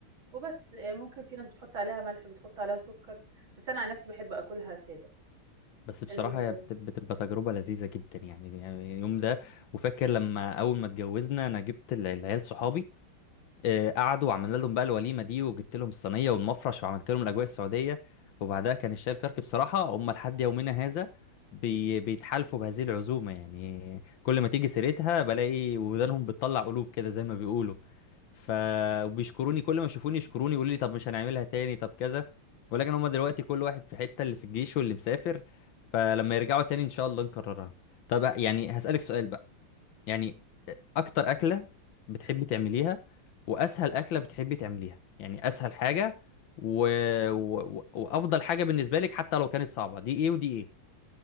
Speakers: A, on the right; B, on the left.
A: وبس آه، ممكن في ناس بتحط عليها ملح بتحط عليها سكر بس انا عن نفسي بحب اكلها ساده
B: بس بصراحه
A: ال-
B: هي بت- بتبقى تجربه لذيذه جدا يعني يعني اليوم ده وفاكر لما اول ما اتجوزنا انا جبت ال- العيال صحابي آه، قعدوا وعملنا لهم بقى الوليمه دي وجبت لهم الصينيه والمفرش وعملت لهم الاجواء السعوديه وبعدها كان الشاي الكرك بصراحه هم لحد يومنا هذا بي بيتحالفوا بهذه العزومه يعني كل ما تيجي سيرتها بلاقي ودانهم بتطلع قلوب كده زي ما بيقولوا ف وبيشكروني كل ما يشوفوني يشكروني يقولوا لي طب مش هنعملها تاني طب كذا ولكن هم دلوقتي كل واحد في حته اللي في الجيش واللي مسافر فلما يرجعوا تاني ان شاء الله نكررها طب يعني هسألك سؤال بقى يعني اكتر اكله بتحبي تعمليها واسهل اكله بتحبي تعمليها يعني اسهل حاجه و... و... وافضل حاجه بالنسبه لك حتى لو كانت صعبه دي ايه ودي ايه